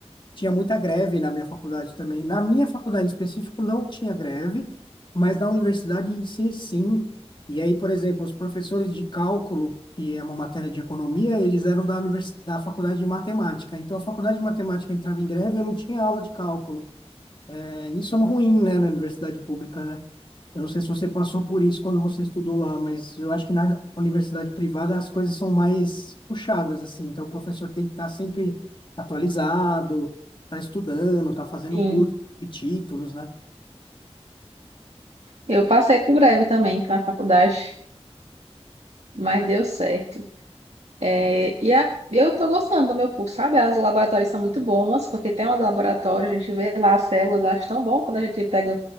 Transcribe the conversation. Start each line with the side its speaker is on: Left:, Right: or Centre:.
Left: Tinha muita greve na minha faculdade também. Na minha faculdade em específico não tinha greve, mas na universidade em si, sim. E aí, por exemplo, os professores de cálculo, que é uma matéria de economia, eles eram da universidade, da faculdade de matemática. Então, a faculdade de matemática entrava em greve, eu não tinha aula de cálculo. É, Isso é ruim, né, na universidade pública, né? Eu não sei se você passou por isso quando você estudou lá, mas eu acho que na universidade privada as coisas são mais puxadas, assim. Então, o professor tem que estar sempre atualizado, tá estudando, tá fazendo
Right: Sim.
Left: curso, e títulos, né?
Right: Eu passei por greve também na faculdade, mas deu certo. É, e a- eu estou gostando do meu curso, sabe? As laboratórios são muito bons, porque tem um laboratório, a gente vê lá as células, eu acho tão bom quando a gente pega